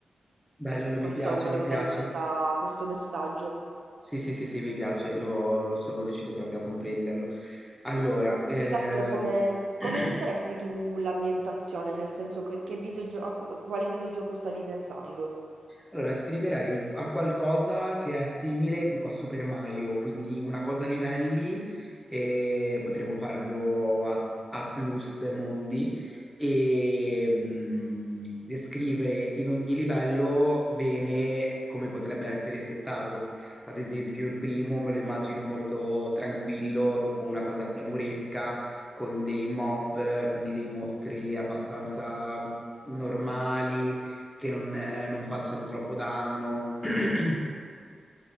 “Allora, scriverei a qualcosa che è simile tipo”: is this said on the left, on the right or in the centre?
Centre